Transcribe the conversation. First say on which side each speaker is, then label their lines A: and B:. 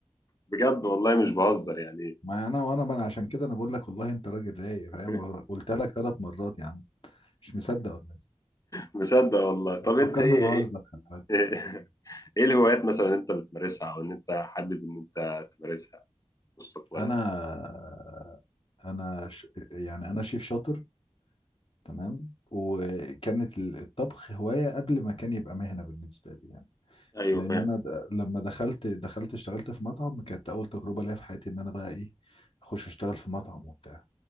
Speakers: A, on the left; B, on the left.
A: بجد والله مش بهزر يعني
B: ما انا وانا ما انا عشان كده انا بقول لك والله انت راجل رايق فاهم
A: <laughs>
B: قلت لك ثلاث مرات يا عم مش مصدق ولا
A: مصدق والله طب
B: إيه؟
A: انت
B: فكرني
A: ايه
B: بهزر
A: ايه
B: خلي بالك
A: ايه <laughs> إيه الهوايات مثلا انت بتمارسها او ان انت حابب ان انت تمارسها مستقبلا
B: انا انا ش... يعني انا شيف شاطر تمام وكانت ال- الطبخ هواية قبل ما كان يبقى مهنة بالنسبة لي يعني
A: ايوه
B: لان
A: فاهم
B: انا د... لما دخلت دخلت اشتغلت في مطعم كانت اول تجربة ليا في حياتي ان انا بقى ايه اخش اشتغل في مطعم وبتاع